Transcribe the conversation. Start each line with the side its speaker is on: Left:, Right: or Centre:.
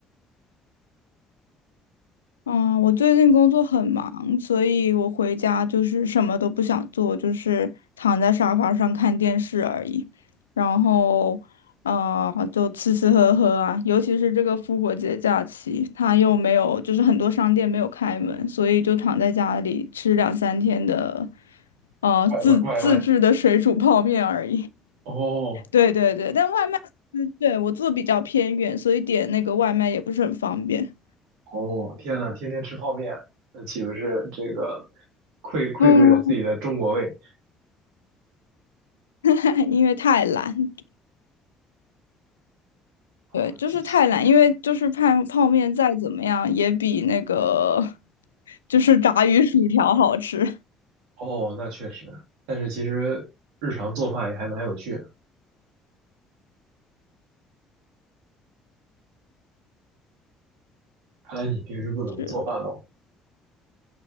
Left: 嗯，我最近工作很忙，所以我回家就是什么都不想做，就是躺在沙发上看电视而已。然后，呃，就吃吃喝喝啊，尤其是这个复活节假期，它又没有，就是很多商店没有开门，所以就躺在家里吃两三天的，呃，
Right: 外卖，
Left: 自自制的水煮泡面而已。
Right: 外卖。哦，
Left: <laughs> 对对对，但外卖，嗯对，我住得比较偏远，所以点那个外卖也不是很方便。
Right: 哦，天呐，天天吃泡面，那岂不是这个愧愧对了自己的中国胃？
Left: 嗯，<laughs> 因为太懒，
Right: 好，
Left: 对，就是太懒，
Right: 谢谢。
Left: 因为就是泡泡面再怎么样也比那个就是炸鱼薯条好吃。
Right: 哦，那确实，但是其实日常做饭也还蛮有趣的。看来你平时不怎么做饭喽？
Left: 是的，